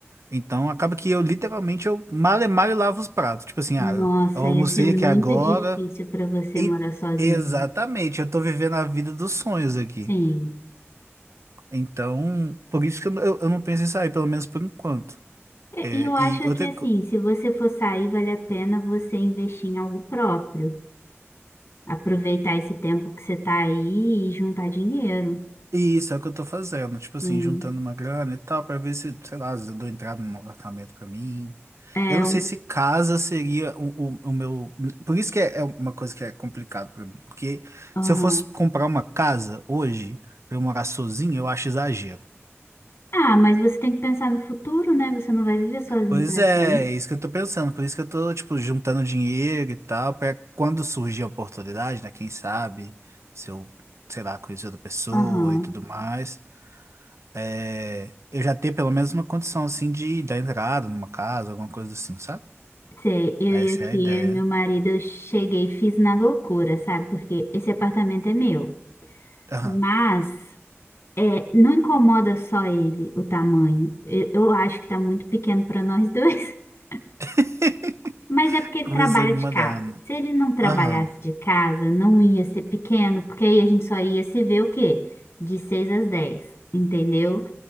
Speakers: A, on the right; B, on the left.
A: Então, acaba que eu literalmente eu mal e mal lavo os pratos. Tipo assim,
B: Nossa,
A: ah, eu almocei
B: ia ser muito
A: aqui agora
B: difícil pra você
A: e
B: morar sozinho.
A: exatamente, eu tô vivendo a vida dos sonhos aqui.
B: Sim.
A: Então, por isso que eu, eu eu não penso em sair, pelo menos por enquanto.
B: E
A: É,
B: e eu acho
A: e outra,
B: que assim,
A: co-
B: se você for sair, vale a pena você investir em algo próprio. Aproveitar esse tempo que você tá aí e juntar dinheiro.
A: e isso é o que eu tô fazendo, tipo assim,
B: Sim.
A: juntando uma grana e tal, pra ver se, sei lá, às vezes eu dou entrada num apartamento pra mim.
B: É,
A: Eu não
B: um-
A: sei se casa seria o, o, o meu. Por isso que é, é uma coisa que é complicado pra mim. Porque
B: aham.
A: se eu fosse comprar uma casa hoje, pra eu morar sozinho, eu acho exagero.
B: Ah, mas você tem que pensar no futuro, né? Você não vai viver sozinho
A: Pois
B: para
A: é,
B: sempre.
A: isso que eu tô pensando. Por isso que eu tô, tipo, juntando dinheiro e tal, pra quando surgir a oportunidade, né? Quem sabe, se eu, sei lá, conhecer outra pessoa
B: Aham.
A: e tudo mais, é, eu já ter pelo menos uma condição, assim, de dar entrada numa casa, alguma coisa assim, sabe?
B: Sei, eu
A: Essa
B: e aqui,
A: é a ideia.
B: eu e meu marido, eu cheguei, e fiz na loucura, sabe? Porque esse apartamento é meu.
A: Aham.
B: Mas é, não incomoda só ele o tamanho. Eu, eu acho que tá muito pequeno para nós dois. <laughs>
A: <laughs>
B: Mas é porque ele
A: Começou
B: trabalha
A: a me
B: de
A: mandar.
B: casa.
A: né?
B: Se ele não trabalhasse
A: Aham.
B: de casa, não ia ser pequeno, porque aí a gente só ia se ver o quê? De seis às dez, entendeu?